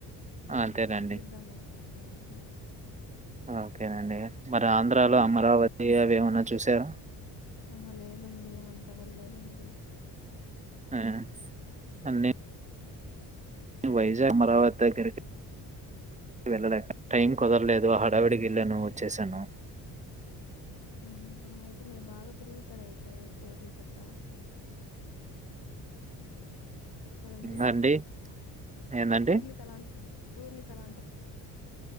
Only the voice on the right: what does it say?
అంతేనండి
ఓకేనండి మరి ఆంధ్రాలో
అమరావతి అవేమ న్నా చూసారా
ఆ అన్నీ వైజాగ్ అమరావత్ దగ్గరికి వెళ్ళలేక టైమ్ కుదర్లేదు
హడావిడికి వెళ్ళాను వచ్చేసాను.
ఇంకా అండి? ఏందండి?